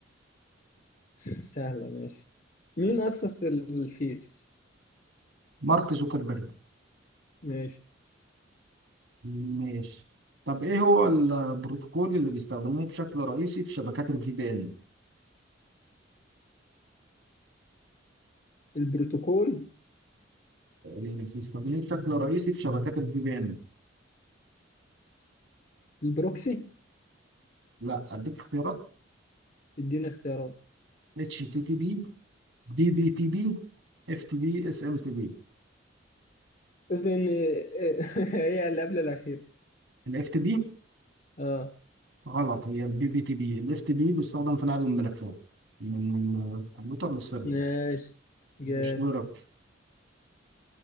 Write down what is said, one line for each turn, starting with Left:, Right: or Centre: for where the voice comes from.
Left: <laughs> سهلة ماشي مين أسس الفيس؟
Right: مارك زوكربيرج
Left: ماشي
Right: ماشي طب ايه هو البروتوكول اللي بيستخدموه بشكل رئيسي في شبكات الفي بي ان
Left: البروتوكول
Right: اللي بيستخدموه بشكل رئيسي في شبكات الفي بي ان
Left: البروكسي
Right: لا اديك اختيارات
Left: اديني اختيارات
Right: اتش تي تي بي دي بي تي بي اف تي بي اس ام تي بي
Left: فين <laughs> هي اللي قبل الأخيرة
Right: الاف تي بي
Left: اه
Right: غلط هي البي بي تي بي الاف تي بي بيستخدم في نقل الملفات من الكمبيوتر للسيرفر
Left: ماشي جامد
Right: مش دايركت